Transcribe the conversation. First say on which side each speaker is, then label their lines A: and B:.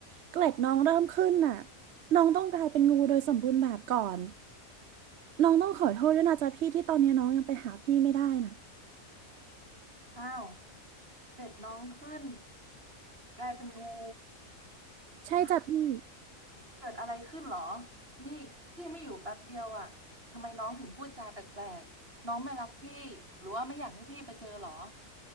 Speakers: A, on the right; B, on the right.
A: เกล็ดน้องเริ่มขึ้นน่ะน้องต้องกลายเป็นงูโดยสมบูรณ์แบบก่อนน้องต้องขอโทษด้วยนะจ๊ะพี่ที่ตอนนี้น้องยังไปหาพี่ไม่ได้น่ะ
B: อ้าวเบ็ดน้องขึ้นกลายเป็นงู <sighs>
A: ใช่จ้ะพี่
B: อ่ะเกิดอะไรขึ้นเหรอนี่พี่ไม่อยู่แป๊บเดียวอะทำไมน้องถึงพูดจาแปลกๆน้องไม่รักพี่หรือว่าไม่อยากให้พี่ไปเจอเหรอ